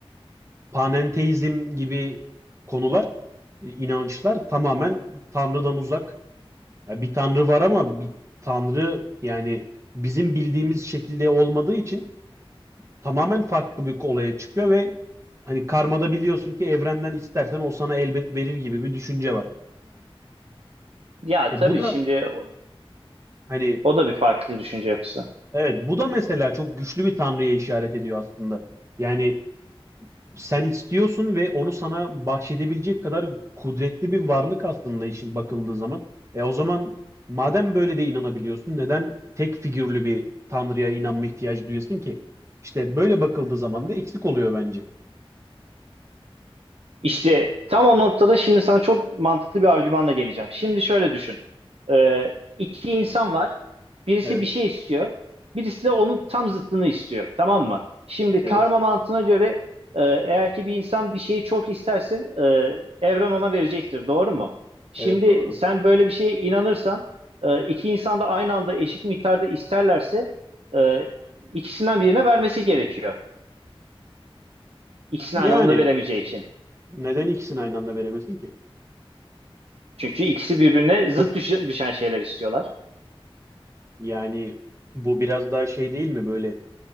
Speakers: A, on the right; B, on the right.
A: panenteizm gibi konular, e, inançlar tamamen Tanrı'dan uzak Ya bir tanrı var ama bir tanrı yani bizim bildiğimiz şekilde olmadığı için tamamen farklı bir olaya çıkıyor ve hani karmada biliyorsun ki evrenden istersen o sana elbet verir gibi bir düşünce var.
B: Ya
A: E
B: tabii
A: bu da
B: şimdi o
A: hani
B: o da bir farklı düşünce yapısı.
A: evet bu da mesela çok güçlü bir tanrıya işaret ediyor aslında. Yani sen istiyorsun ve onu sana bahşedebilecek kadar kudretli bir varlık aslında işin bakıldığı zaman. E o zaman madem böyle de inanabiliyorsun neden tek figürlü bir tanrıya inanma ihtiyacı duyuyorsun ki? İşte böyle bakıldığı zaman da eksik oluyor bence.
B: İşte tam o noktada şimdi sana çok mantıklı bir argümanla geleceğim. Şimdi şöyle düşün. Ee, iki insan var. Birisi
A: Evet,
B: bir şey istiyor. Birisi de onun tam zıttını istiyor. Tamam mı? Şimdi
A: evet,
B: karma mantığına göre e, eğer ki bir insan bir şeyi çok isterse e, evren ona verecektir. Doğru mu? Şimdi
A: evet doğru.
B: sen böyle bir şeye inanırsan e, iki insan da aynı anda eşit miktarda isterlerse e, ikisinden birine vermesi gerekiyor. İkisini
A: Yani
B: aynı anda veremeyeceği için.
A: neden ikisini aynı anda veremesin ki?
B: Çünkü ikisi birbirine zıt düşen şeyler istiyorlar.
A: Yani bu biraz daha şey değil mi böyle